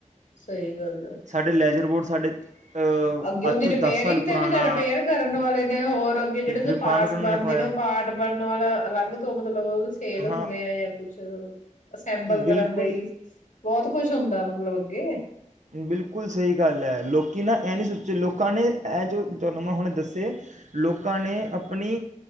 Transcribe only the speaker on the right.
ਸਾਡੇ ਲੈਜਰ ਬੋਰਡ ਸਾਡੇ, ਅ,
ਅੱਜ ਤੋਂ
ਸਾਲ ਪੁਰਾਣਾ
ਰਿਪਾਨ
ਕਰਨ ਵਾਲੇ
ਕਮਾਇਆ
ਹਾਂ
ਬਿਲਕੁਲ
ਬਿਲਕੁਲ ਸਹੀ ਗੱਲ ਹੈ, ਲੋਕੀ ਨਾ ਇਹਂ ਨਹੀਂ ਸੋਚੇ ਲੋਕਾਂ ਨੇ ਇਹ ਜੋ ਜਦੋਂ ਮੈਂ ਹੁਣੇ ਦੱਸੇ ਲੋਕਾਂ ਨੇ ਆਪਣੀ